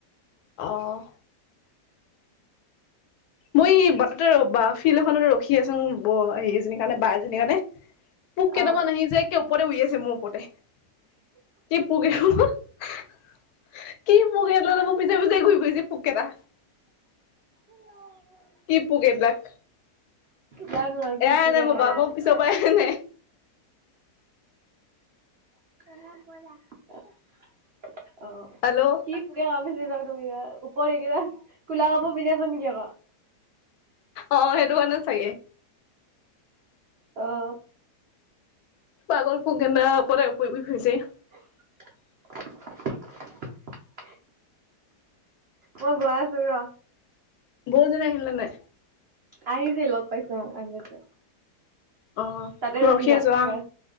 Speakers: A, on the left (about 75°); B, on the right (about 75°).
A: অঁ। মই এই বাটতে ৰবা ফিল্ড এখনত ৰখি আছো ব এজনীৰ কাৰণে বা এজনীৰ কাৰণে। পোক কেইটামান
B: অ
A: আহিছে একে ওপৰতে উৰি আছে মোৰ ওপৰতে। কি পোক এইখন <unintelligible> মোক <unintelligible> পিছে পিছে ঘূৰি ফুৰিছে পোক কেইটা।
B: <unintelligible>
A: কি পোক এবিলাক?
B: জানো <unintelligible>
A: <unintelligible> মই
B: কামুৰিলে
A: পিছৰ পৰা এ নাই।
B: অঁ' কি পোকে <unintelligible> ওপৰত
A: হেল্ল'
B: এইকেইটা ক'লা কাপোৰ পিন্ধি আছ নেকি আকৌ।
A: অঁ' অঁ' সেইটো কাৰণে চাগে।
B: অঁ।
A: পাগল পোক কেইটা ওপৰতে উৰি ফুৰিছেহি।
B: <unintelligible> মই গৈ আছো ৰ।
A: বৌ জনী আহিলে নাই?
B: আহিছে লগ পাইছ অঁ' আহি আছে।
A: অঁ'
B: তাতে
A: মই ৰখি
B: থাক
A: আছো আহ'
B: গৈ